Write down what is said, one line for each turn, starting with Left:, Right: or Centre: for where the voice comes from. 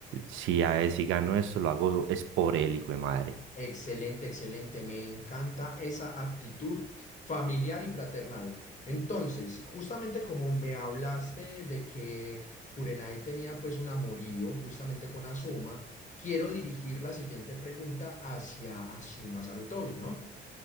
Right: si, a él, si gano esto, lo hago es por él, hijo de madre.
Left: Excelente, excelente. Me encanta esa actitud familiar y fraternal. Entonces, justamente como me hablaste de que Kurenai tenía pues un amorío justamente con Asuma, quiero dirigir la siguiente pregunta hacia Asuma Sarutobi, ¿no?